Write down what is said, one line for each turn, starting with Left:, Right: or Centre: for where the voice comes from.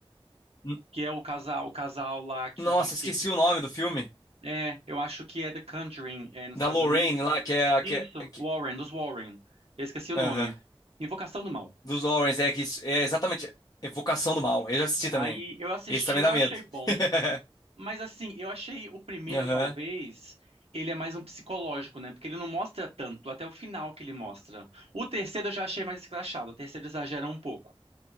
Left: N-
Right: Que é o casal, o casal lá que,
Left: Nossa, esqueci
Right: que...
Left: o nome do filme.
Right: É, eu acho que é The Conjuring, é, nos
Left: Da
Right: Estados
Left: Lorraine
Right: Unidos.
Left: lá, que é. Que,
Right: Isso,
Left: é- que,
Right: Warren, dos Warren. Eu esqueci o
Left: Aham.
Right: nome. Invocação do Mal.
Left: Dos Lawrence, é que isso- é exatamente Evocação do Mal. Eu já assisti
Right: É. Aí
Left: também.
Right: eu assisti,
Left: Esse também
Right: eu
Left: dá medo.
Right: achei bom.
Left: <laughs>
Right: Mas assim, eu achei o primeiro,
Left: Aham,
Right: talvez, ele é mais um psicológico, né? Porque ele não mostra tanto, até o final que ele mostra. O terceiro eu já achei mais escrachado, o terceiro exagera um pouco.